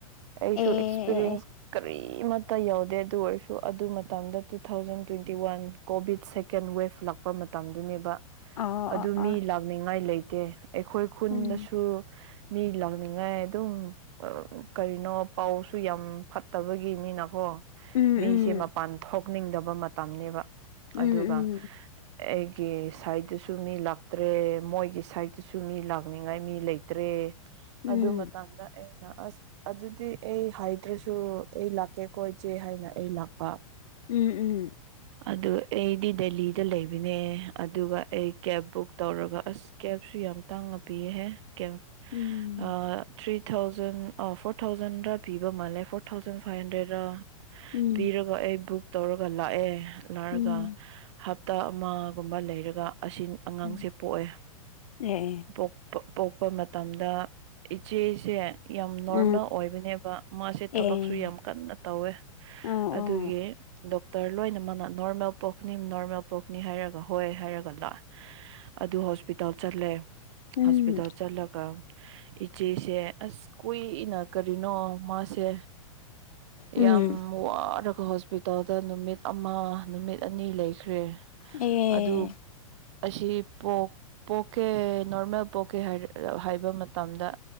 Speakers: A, on the right; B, on the left.
A: ꯑꯩꯁꯨ
B: ꯑꯦ
A: ꯑꯦꯛꯁꯄꯤꯔꯤꯌꯦꯟꯁ
B: ꯑꯦ ꯑꯦ
A: ꯀꯔꯤꯃꯠꯇ ꯌꯥꯎꯗꯦ ꯑꯗꯨ ꯑꯣꯏꯔꯁꯨ ꯑꯗꯨ ꯃꯇꯝꯗ two thousand twenty one Covid second wave ꯂꯥꯛꯄ ꯃꯇꯝꯗꯨꯅꯦꯕ
B: ꯑꯣ
A: ꯑꯗꯨ
B: ꯑꯣ
A: ꯃꯤ
B: ꯑꯣ
A: ꯂꯥꯛꯅꯤꯡꯉꯥꯏ ꯂꯩꯇꯦ ꯑꯩꯈꯣꯏ ꯈꯨꯟꯗꯁꯨ
B: ꯎꯝ
A: ꯃꯤ ꯂꯥꯛꯅꯤꯡꯉꯥꯏ ꯑꯗꯨꯝ ꯀꯔꯤꯅꯣ ꯄꯥꯎꯁꯨ ꯌꯥꯝ ꯐꯠꯇꯕꯒꯤꯅꯤꯅꯀꯣ
B: ꯎꯝ
A: ꯃꯤꯁꯦ
B: ꯎꯝ
A: ꯃꯄꯥꯟ ꯊꯣꯛꯅꯤꯡꯗꯕ ꯃꯇꯝꯅꯤꯅꯦꯕ
B: ꯎꯝ ꯎꯝ
A: ꯑꯗꯨꯒ ꯑꯩꯒꯤ ꯁꯥꯏꯗꯠꯇꯁꯨ ꯃꯤ ꯂꯥꯛꯇ꯭ꯔꯦ ꯃꯣꯏꯒꯤ ꯁꯥꯏꯗꯠꯇꯁꯨ ꯃꯤ ꯂꯥꯛꯅꯤꯡꯉꯥꯏ ꯃꯤ ꯂꯩꯇ꯭ꯔꯦ
B: ꯎꯝ
A: ꯑꯗꯨ ꯃꯇꯥꯡꯗ ꯑꯩꯅ ꯑꯁ ꯑꯗꯨꯗꯤ ꯑꯩ ꯍꯥꯏꯗ꯭ꯔꯁꯨ ꯑꯩ ꯂꯥꯛꯀꯦꯀꯣ ꯏꯆꯦ ꯍꯥꯏꯅ ꯑꯩ ꯂꯥꯛꯄ
B: ꯎꯝ ꯎꯝ
A: ꯑꯗꯨ ꯑꯩꯗꯤ ꯗꯦꯂꯤꯗ ꯂꯩꯕꯅꯦ ꯑꯗꯨꯒ ꯑꯩ ꯀꯦꯕ ꯕꯨꯛ ꯇꯧꯔꯒ ꯑꯁ ꯀꯦꯞꯁꯨ ꯌꯥꯝ ꯇꯥꯡꯅ ꯄꯤꯌꯦꯍꯦ ꯀꯦꯞ
B: ꯎꯝ
A: ꯊ꯭ꯔꯤ ꯐ ꯊꯥꯎꯖꯟ ꯐꯣꯔ ꯊꯥꯎꯖꯟꯗ ꯄꯤꯕ ꯃꯥꯜꯂꯦ four thousand five hundred
B: um
A: ꯄꯤꯔꯒ ꯑꯩ ꯕꯨꯛ ꯇꯧꯔꯒ ꯂꯥꯛꯑꯦ ꯂꯔꯒ
B: ꯎꯝ
A: ꯍ ꯇ ꯑꯃꯒꯨꯝꯕ ꯂꯩꯔꯒ ꯑꯁꯤ ꯑꯉꯥꯡꯁꯦ
B: ꯎꯝ
A: ꯄꯣꯛꯑꯦ
B: ꯑꯦ
A: ꯄꯣꯛꯄ ꯄꯣꯛꯄ ꯃꯇꯝꯗ ꯏꯆꯦꯁꯦ ꯌꯥꯝ ꯅꯣꯔꯃꯦꯜ
B: ꯑ
A: ꯑꯣꯏꯕꯅꯦꯕ ꯃꯥꯁꯦ
B: ꯑꯦ
A: ꯊꯕꯛꯁꯨ ꯌꯥꯝ ꯀꯟꯅ ꯇꯧꯋꯦ
B: ꯑꯣ
A: ꯑꯗꯨꯒꯤ
B: ꯑꯣ
A: ꯗꯣꯛ ꯔ ꯂꯣꯏꯅ ꯃꯅ ꯅꯣꯔꯃꯦꯜ ꯄꯣꯛꯅꯤ ꯅꯣꯔꯃꯦꯜ ꯄꯣꯛꯈꯅꯤ ꯍꯥꯏꯔꯒ ꯍꯣꯏ ꯍꯥꯏꯔꯒ ꯂꯥꯛꯑꯦ ꯑꯗꯨ ꯍꯣꯁꯄꯤꯇꯥꯜ ꯆꯠꯂꯦ
B: ꯎꯝ
A: ꯍꯣꯁꯄꯤꯇꯥꯜ ꯆꯠꯂꯒ ꯏꯆꯦꯁꯦ ꯑꯁ ꯀꯨꯏꯅ ꯀꯔꯤꯅꯣ ꯃꯥꯁꯦ
B: ꯎꯝ
A: ꯌꯥꯝ ꯋꯥꯔꯒ ꯍꯣꯁꯄꯤꯇꯥꯜꯗ ꯅꯨꯃꯤ ꯅꯨꯃꯤꯠ ꯑꯃ ꯅꯨꯃꯤꯠ ꯑꯅꯤ ꯂꯩꯈ꯭ꯔꯦ
B: ꯑꯦ
A: ꯑꯗꯨ ꯑꯁꯤ ꯄꯣꯛꯀꯦ ꯅꯣꯔꯃꯦꯜ ꯄꯣꯛꯀꯦ ꯍꯥꯏꯕ ꯃꯇꯝꯗ